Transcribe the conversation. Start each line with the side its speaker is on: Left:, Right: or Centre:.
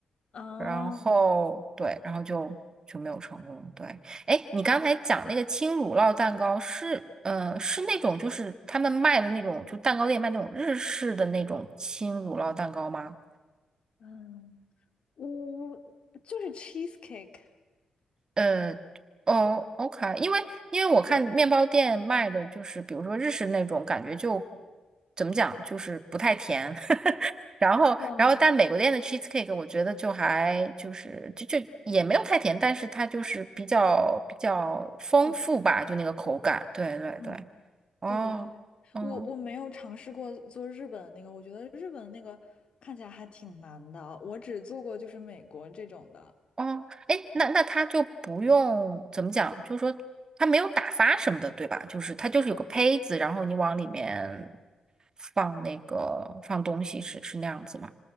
Left: 啊？
Right: 然后对，然后就就没有成功。对，哎，你刚才讲那个轻乳酪蛋糕是呃是那种就是他们卖的那种，就蛋糕店卖那种日式的那种轻乳酪蛋糕吗？
Left: 嗯，我就是 cheesecake
Right: 呃，哦，OK，因为因为我看面包店卖的就是，比如说日式那种，感觉就怎么讲，就是不太甜。<laughs> 然后，
Left: 哦，
Right: 然后但美国店的 cheesecake 我觉得就还就是就就也没有太甜，但是它就是比较比较丰富吧，
Left: 厚重。
Right: 就那个口感。对对对，
Left: 嗯，
Right: 哦，
Left: 对对对，
Right: 嗯。
Left: 我我没有尝试过做日本的那个，我觉得日本的那个看起来还挺难的，我只做过就是美国这种的。
Right: 哦，哎，那那他就不用怎么讲，就是说他没有打发什么的，对吧？就是他就是有个胚子，然后你往里面放那个放东西是，是那样子吗？